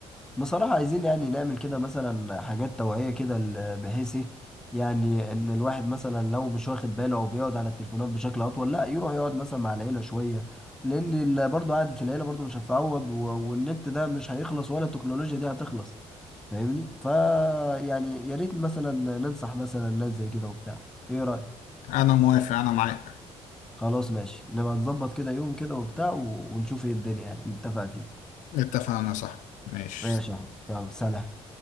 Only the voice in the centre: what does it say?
بصراحة عايزين يعني نعمل كده مثلا حاجات توعية كده ل- بحيث ايه يعني ان الواحد مثلا لو مش واخد باله او بيقعد على التليفونات بشكل اطول لا يروح يقعد مثلا مع العيلة شوية لان ال- برضه قعدة العيلة برضه مش هتتعوض و- والنت ده مش هيخلص ولا التكنولوجيا دي هتخلص فاهمني فا يعني يا ريت مثلا ننصح مثلا ناس زي كده وبتاع ايه رأيك
خلاص ماشي نبقى نظبط كده يوم كده وبتاع و- ونشوف ايه الدنيا يعني نتفق فيه
ماشي يا أحمد. يلا سلام